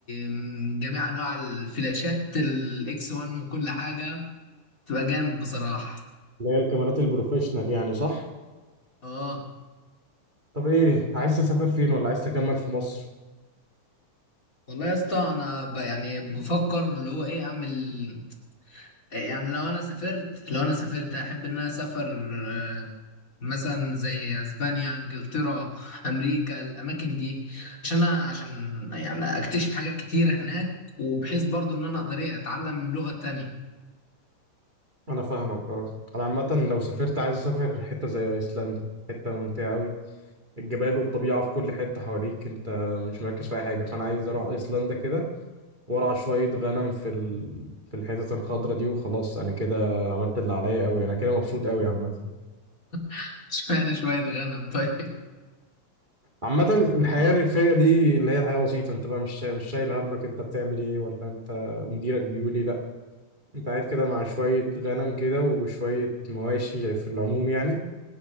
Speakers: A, on the left; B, on the right.
A: م- جميع انواع الفلاشات الاكس 1 وكل حاجه تبقى جامد بصراحه
B: اللي هي الكاميرات البروفيشنال يعني صح
A: اه
B: طب ايه عايز تسافر فين ولا عايز تكمل في مصر
A: والله يا اسطى انا ب... يعني بفكر اللي هو ايه اعمل يعني لو انا سافرت لو انا سافرت احب ان انا اسافر آه، مثلا زي اسبانيا انجلترا امريكا الاماكن دي عشان أنا عشان يعني اكتشف حاجات كتيره هناك وبحيث برضو ان انا اقدر ايه اتعلم لغه تانية
B: انا فاهمك اه انا عامه لو سافرت عايز اسافر حته زي ايسلندا حته ممتعه قوي الجبال والطبيعه في كل حته حواليك انت مش مركز في اي حاجه فانا عايز اروح ايسلندا كده وارعى شويه غنم في ال... في الحتت الخضراء دي وخلاص انا كده عملت اللي عليا قوي انا كده مبسوط قوي عامه
A: <laughs> اشمعنى شويه غنم طيب
B: عامه الحياه الريفيه دي اللي هي الحياه بسيطه انت بقى مش شا- مش شايل همك انت بتعمل ايه ولا انت مديرك بيقول ايه لا انت قاعد كده مع شويه غنم كده وشويه مواشي في العموم يعني